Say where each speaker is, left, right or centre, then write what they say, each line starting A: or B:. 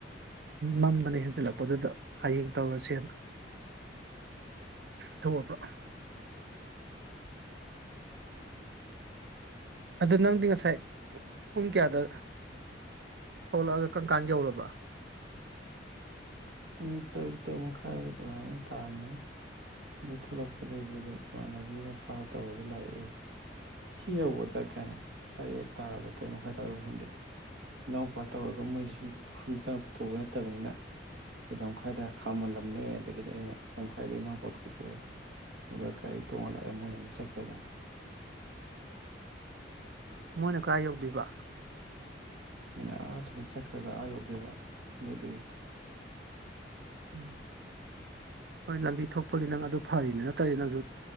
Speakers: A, on the right; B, on the right.
A: ꯃꯝꯗꯅ ꯍꯦꯟꯖꯜꯂꯛꯄꯗꯨꯗ ꯍꯌꯦꯡ ꯇꯧꯔꯒ ꯁꯦꯝꯕ ꯊꯣꯛꯑꯕ ꯑꯗꯨ ꯅꯪꯗꯤ ꯉꯁꯥꯏ ꯄꯨꯡ ꯀꯌꯥꯗ ꯊꯣꯛꯂꯛ ꯑꯒ ꯀꯝ ꯀꯥꯟ ꯌꯧꯔꯕ
B: ꯄꯨꯡ ꯇꯔꯨꯛ ꯇꯔꯨꯛ ꯃꯈꯥꯏ ꯑꯗꯨꯃꯥꯏꯅ ꯇꯥꯔꯝꯃꯅꯤ ꯑ ꯗꯩ ꯊꯣꯛꯂꯛꯄꯗꯒꯤ ꯑꯗꯨꯝ ꯏꯃꯥꯟꯅꯕꯤ ꯃꯄꯥꯒ ꯇꯧꯔꯒ ꯂꯥꯛꯑꯦ ꯁꯤ ꯌꯧꯕꯗ ꯀꯩꯅꯣ ꯇꯔꯦꯠ ꯇꯥꯔꯕ ꯇꯔꯦꯠ ꯃꯈꯥꯏ ꯇꯥꯔꯕ ꯈꯪꯗꯦ ꯏꯅꯥꯎꯄꯥ ꯇꯧꯔꯒ ꯃꯣꯏꯁꯦ ꯁꯨꯝ ꯁꯨꯝꯗ ꯆꯪꯉꯛ ꯄꯨꯊꯣꯛꯄ ꯅꯠꯇꯕꯅꯤꯅ ꯑꯩꯈꯣꯏ ꯂꯝꯈꯥꯏꯗ ꯈꯥꯝꯃꯜꯂꯝꯃꯦ ꯑꯗꯒꯤꯗꯤ ꯑꯩꯅ ꯂꯝꯈꯥꯏꯗ ꯏꯅꯥꯎꯄꯥ ꯀꯧꯊꯣꯛ ꯑꯦ ꯑꯗꯨꯒ ꯒꯥꯔꯤ ꯇꯣꯡꯉ ꯂꯥꯛꯑꯦ ꯃꯣꯏꯅ ꯑꯗꯨꯝ ꯆꯠꯈ꯭ꯔꯦꯗꯅ
A: ꯃꯣꯏꯅ ꯀꯗꯥꯏ ꯌꯧꯗꯣꯏꯕ
B: ꯃꯅꯥ ꯑꯥ ꯁꯨꯝ ꯆꯠꯈ꯭ꯔꯒ ꯑꯥ ꯌꯧꯗꯣꯏꯕ ꯑꯗꯨꯗꯨꯒꯤ
A: ꯎꯝ ꯍꯣꯏ ꯂꯝꯕꯤ ꯊꯣꯛꯄꯒꯤ ꯅꯪ ꯑꯗꯨ ꯐꯔꯤꯅꯤ ꯅꯠꯇ꯭ꯔꯗꯤ ꯅꯪꯖꯨ